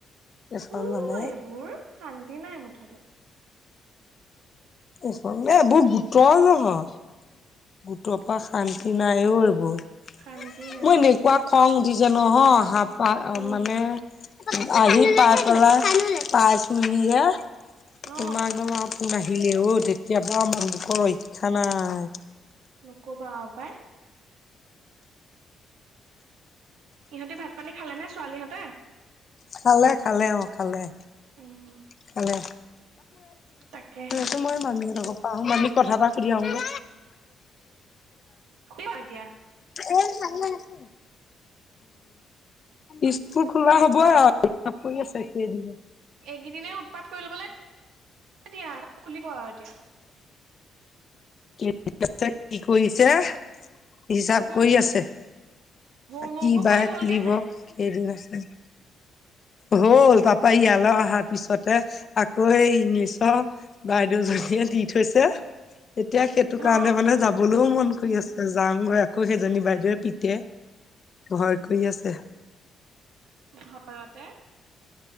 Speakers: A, on the left; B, on the right.
A: <unintelligible> খন
B: উ
A: মানে।
B: এইবোৰ শান্তি নাই মুঠতে।
A: আচলতে এইবোৰ গোটৰ জহত। গোটৰ পৰা শান্তি নাই ঔ এইবোৰ,
B: শান্তি নাই
A: মই এনেকুৱা খং উঠিছে নহয় অহা পৰা অঁ
B: উম
A: মানে আহি পাই পেলাই পাইছোঁহিহে
B: অ
A: তোমাৰ একদম ফোন আহিলে অ' তেতিয়া পৰা আমাৰ গোটৰ ৰক্ষা নাই।
B: নকবা আও পায়। ইহঁতি ভাত পানী খালে নে ছোৱালী হঁতে?
A: খালে খালে অঁ খালে।
B: উম।
A: খালে
B: তাকেহে
A: <unintelligible> মই মামী হঁতৰ ঘৰ অঁ মামীক কথা এটা সুধি আহো গে।
B: খুলিব এতিয়া
A: এই উম' ইচ্। ইস্কুল খোলা হ'বই আৰু। পৰি আছে এইখিনি এইদিগি।
B: এইগেইদিনেই উৎপাত কৰি ল'বলে দিয়া খুলিব আৰু এতিয়া।
A: কি আছে, কি কৰিছে? হিচাপ
B: উম
A: কৰি আছে
B: হোমৱৰ্ক
A: কি
B: বোৰ
A: বায়ে
B: কৰি হ'লগে
A: খুলিব
B: নাই
A: কেইদিন আছে? হ'ল, তাপা ইয়ালে অহাৰ পিছতে আকৌ এই ইংলিছ- বাইদেউ জনীয়ে দি থৈছে এতিয়া সেইটো কাৰণে
B: অ
A: মানে যাব। লও মন কৰি আছে যাওঁগৈ আকৌ, সেইজনী বাইদেৱে পিতে ভয় কৰি আছে।
B: ভয়তে